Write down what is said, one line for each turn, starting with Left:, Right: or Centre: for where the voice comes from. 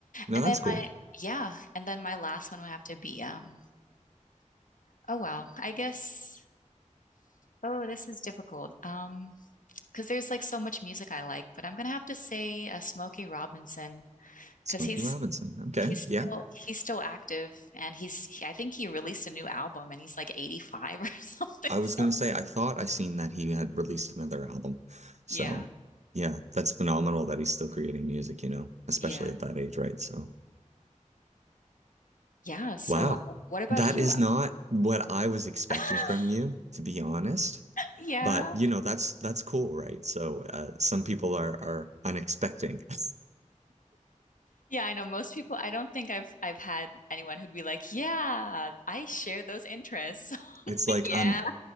Right: No,
Left: And
Right: that's
Left: then
Right: cool.
Left: my yeah, and then my last one would have to be um Oh wow. I guess oh this is difficult. Um, because there's like so much music I like, but I'm gonna have to say uh, Smokey Robinson
Right: Smokey
Left: because he's
Right: Robinson. Okay.
Left: he's
Right: Yeah.
Left: still he's still active and he's he, I think he released a new album and he's like 85 or <laughs> something.
Right: I was
Left: So
Right: gonna say I thought I seen that he had released another album. So
Left: yeah,
Right: yeah, that's phenomenal that he's still creating music, you know, especially
Left: yeah.
Right: at that age, right? So
Left: Yeah, so
Right: Wow.
Left: uh, what about
Right: That
Left: you?
Right: is not what I was expecting
Left: <laughs>
Right: from you, to be honest.
Left: Yeah.
Right: But you know, that's that's cool, right? So uh, some people are are unexpecting. <laughs>
Left: Yeah, I know most people I don't think I've I've had anyone who'd be like, "Yeah, I share those interests." <laughs>
Right: It's
Left: Like,
Right: like
Left: yeah.
Right: I'm